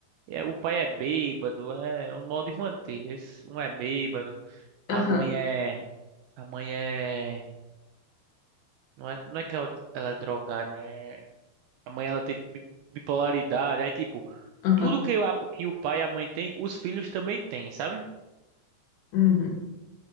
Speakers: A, on the right; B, on the left.
A: É, o pai é bêbado, é é um modo de manter. Eles, um é bêbado, a
B: aham,
A: mãe é. A mãe é. Não é, não é que ela ela é drogada, é A mãe ela tem bi- bipolaridade. Aí, tipo,
B: aham.
A: tudo que, a- que o pai e a mãe tem, os filhos também têm, sabe?
B: Uhum,